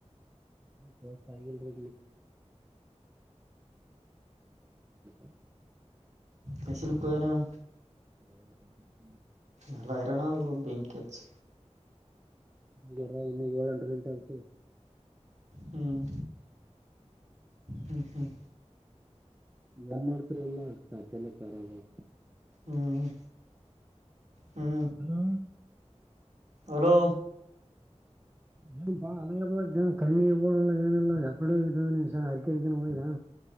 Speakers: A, on the right; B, on the right.
A: ಪೋಸ್ಟ್ ಆಗಿಲ್ರಿ <unintelligible> <inaudible>
B: ಸ್ಪೆಷಲ್ ಪ್ರೋಗ್ರಾಮ್
A: <unintelligible>
B: ಎಲ್ಲ ಈರಣ್ಣ ಬೆಂಕಿ ಹಚ್ಚಿ
A: ಇನ್ನು ಏಳು ಎಂಟು ಗಂಟೆ ಆಗ್ತುತೆ
B: ಹ್ಮ್ ಹ್ಮ ಹ್ಮ್
A: ಏನ್ ಮಾಡ್ತೀರಾ ಎಲ್ಲಾ ಕತ್ಲೆಲ್ಲೆ ತರೋದು
B: ಹ್ಞೂ ಹ್ಞೂ
A: ಹಲೋ
B: ಹಲೋ
A: ಏನಪ್ಪಾ ಆರಾಮಾದಿಯಾ ಕಣ್ಣಿಗೆ ಬಡ ಏನಿಲ್ಲ ಯಾಕಡೆ ಹೋಗಿದೀಯ ಅರಕೆರೆಗೆ ಹೋಗಿದ್ಯಾ